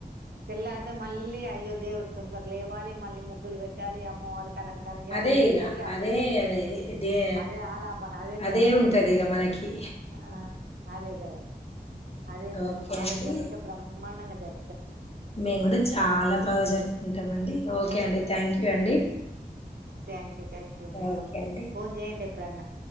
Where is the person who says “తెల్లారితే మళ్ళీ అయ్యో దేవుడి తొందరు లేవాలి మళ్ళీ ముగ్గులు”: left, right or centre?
Right